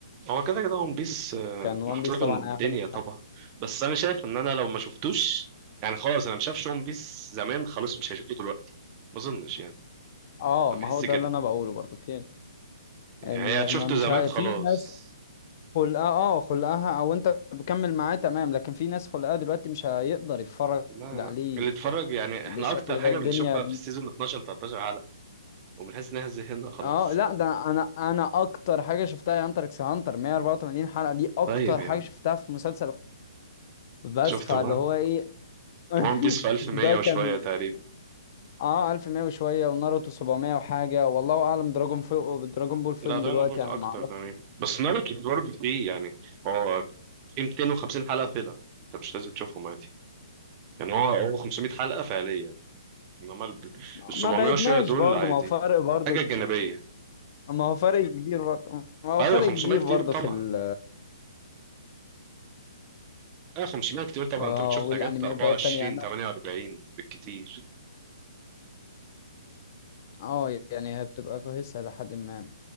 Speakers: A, on the right; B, on the left.
A: هو كده كده ون بيس آه،
B: كان وان
A: محبوب
B: بيس طبعا
A: الدنيا
B: هياخد الساحة
A: طبعا بس انا شايف ان انا لو ما شفتوش يعني خلاص انا ما شافش ون بيس زمان خلاص مش هيشوفه دلوقتي ما اظنش يعني
B: اه
A: انا
B: ما
A: بحس
B: هو ده
A: كده
B: اللي انا بقوله برضو في
A: يعني
B: ال-
A: هي شفته
B: ما مش
A: زمان
B: ه...
A: خلاص
B: في ناس خلقها اه خلقها او انت بكمل معاه تمام لكن في ناس خلقها دلوقتي مش هيقدر يتفرج
A: لا
B: عليه
A: لا اللي اتفرج يعني
B: بالشكل
A: احنا اكتر حاجه
B: ده الدنيا
A: بنشوفها في السيزون 12 13 حلقه وبنحس انها زهقنا خلاص
B: اه لا ده انا انا اكتر حاجه شفتها هي هانتر اكس هانتر 184 حلقه دي اكتر
A: طيب يعني
B: حاجه شفتها في مسلسل بس
A: شفته
B: فاللي
A: بقى
B: هو ايه <laughs>
A: ون بيس في 1100
B: ده
A: وشويه
B: كان
A: تقريبا
B: اه 1100 وشويه وناروتو 700 وحاجه والله اعلم دراجون فوق دراجون بول فيلم
A: لا دراجون
B: دلوقتي
A: بول اكتر
B: انا ما اعرف
A: تقريبا بس ناروتو برضه فيه يعني هو في 250 حلقه فيلر انت مش لازم تشوفهم عادي يعني هو هو 500 حلقة فعلية انما ال ال 700
B: ما بعدناش
A: وشوية دول
B: برضه
A: عادي
B: ما هو فرق برضه
A: حاجة جانبية
B: ما هو فرق كبير برضه ما هو
A: ايوه
B: فرق
A: 500
B: كبير
A: كتير
B: برضه
A: طبعا
B: في ال
A: ايوه 500 كتير طبعا
B: آه،
A: انت بتشوف
B: والانميات
A: حاجات 24
B: بقى التانية انا
A: 48 بالكتير
B: اه يعني هي بتبقى كويسه لحد ما